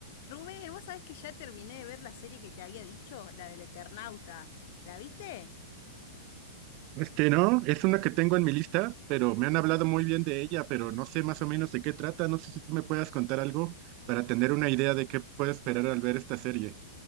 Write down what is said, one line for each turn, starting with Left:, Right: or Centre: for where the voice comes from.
Left: Rubén, vos sabés que ya terminé de ver la serie que te había dicho, la del Eternauta. ¿La viste?
Right: Este no, es una que tengo en mi lista, pero me han hablado muy bien de ella, pero no sé más o menos de qué trata. No sé si tú me puedas contar algo para tener una idea de qué puedo esperar al ver esta serie.